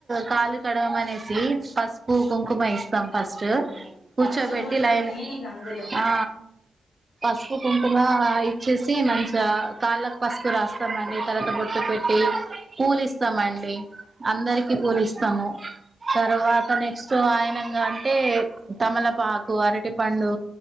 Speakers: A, on the right (about 40°); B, on the left (about 70°).
A: కాలు కడగమనేసి పసుపు కుంకుమ ఇస్తాం ఫస్ట్
B: అవునండి
A: కూర్చోబెట్టి
B: పసుబొట్టు
A: లైన్
B: మెయిన్ ఇక అందులో
A: ఆ పసుపు కుంకుమ ఇచ్చేసి మంచిగా కాళ్ళకి పసుపు రాస్తామండి తర్వాత బొట్టు పెట్టీ ఉమ్ పూలిస్తామండి అందరికి పూలిస్తాము తర్వాత నెక్స్ట్ వచ్చీ వాయనంగా అంటే తమలపాకు అరటి పండు